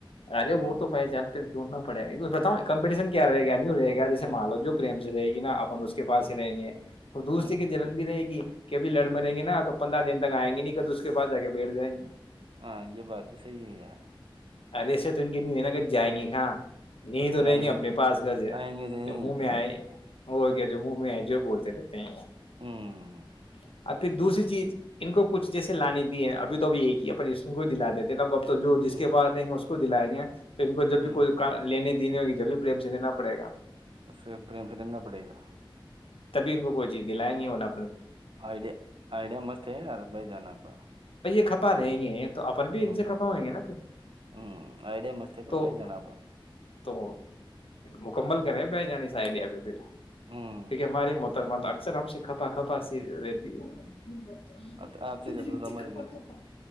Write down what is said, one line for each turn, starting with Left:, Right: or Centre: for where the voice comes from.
Left: ارے
Right: ہ
Left: وہ تو پ جان دھڑنا پڑے بتاؤ کمپٹیشن کیا رہے گا رہے گا جیسے مانالو
Right: ہ
Left: جو پریم سے رہے گی نا اپن اس کے پاس
Right: ہوں
Left: ہی رہیں گے تو دوسری
Right: ہوں
Left: کے جلن بھی رہے گی کہبھی لڑ
Right: ہوں
Left: م رہیں گے نا تو پندرہ دن تک آئیں گے نہیں کا تو اس کے پاس جا کے بیٹھ جائیں گے
Right: ہاں یہ بات بھی صحی ہے یار
Left: ارے سر تو ان کی نی ہے ن گج جائیں گی کہاں نہیں تو رہیں
Right: آئیں
Left: گے اپنے
Right: دے-
Left: پاس گھر سے
Right: آئیں گے نہیں
Left: جب منہ میں
Right: ہاں؟
Left: آئے وہ کیا ج مو میں ہے ج جوے بولتے رہے
Right: ہوں
Left: <inaudible> ھر دوسری چیز ان کو کچھ جیس لانی دی ہے اب توبھی ایک ہی ہے پ ج کو دلا دا تو جو جس
Right: ہوں
Left: کے پاس رہیں گے اس کو کو دلائیں گے تو ان کو جب
Right: ہوں،
Left: بھی کوئی لینے نہیں ہوگی جبھی پریم سے لینا پڑے گا
Right: اسے پریم سے ڈنا پڑے گا
Left: اب ان کوئی چی دلائیں گے ہونا
Right: آئیڈ آئیڈیا مست ہے یار بھائی جانا کا
Left: کھپا پر ہیں یہ تو اپن بھی
Right: ہوں
Left: ان سے کھپا ہوئیں گے نا پھر
Right: ہوں آئیڈیا مست ہے پر
Left: تو
Right: بھائی جان آپ کا
Left: تو مکمل کرے پہ ع سائڈیا پ پ
Right: ہوں
Left: کہ ہماری متر م دا اکثلام سے کھپا کھپا سی رہتی ہے نہیں بؤچ
Right: آت- آپ سے زیادہ ہماری
Left: کپا
Right: دیتے
Left: کا
Right: ہیں